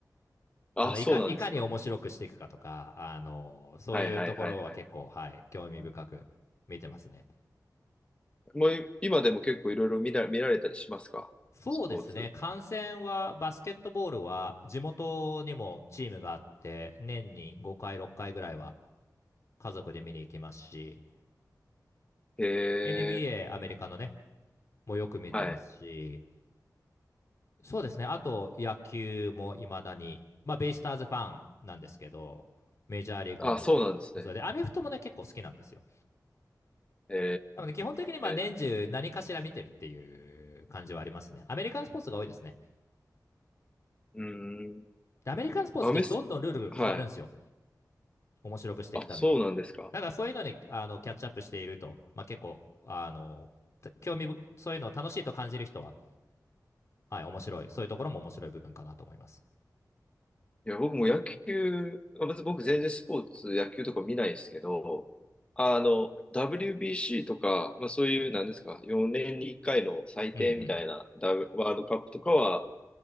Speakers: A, on the left; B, on the left.
A: あ、
B: あのいかいかに面白くしていくかとか、
A: そうなんですか。
B: あのそういうところは結構、
A: はいはいはいはい。
B: はい、興味深く見てますね。
A: もうい今でも結構いろいろ見ら、見られたりしますかスポーツ。
B: そうですね、観戦は、バスケットボールは地元にもチームがあって、年に5回、6回ぐらいは家族で見に行きますし、
A: へ
B: NBA、
A: え、
B: アメリカのね、もよく見てますし、
A: はい。
B: そうですね。あと、野球もいまだに、まあ、ベイスターズファンなんですけど、メジャーリーグも見るし、
A: あ、そうなんですね。
B: それで、アメフトもね、結構好きなんですよ。
A: へ
B: なので、基本的にまあ年中何かしら見てるっていう感じはありますね。
A: え、
B: アメリカンスポーツが多いですね。
A: うーん。
B: で、アメリカンスポーツってどんどんルールが変わるんですよ。
A: アメス、はい。
B: 面白くしていくために。
A: あ、そうなんですか。
B: だからそういうのにあのキャッチアップしていると、まあ、結構、あの、興味ぶ、そういうのを楽しいと感じる人は、はい、面白い。そういうところも面白い部分かなと思います。
A: いや、僕も野球、まあ別に僕全然スポーツ、野球とか見ないですけど、あの、WBC とか、まあそういう、なんですか、4年に1回の祭典みたいな、
B: うんうん。
A: ブワールドカップとかは、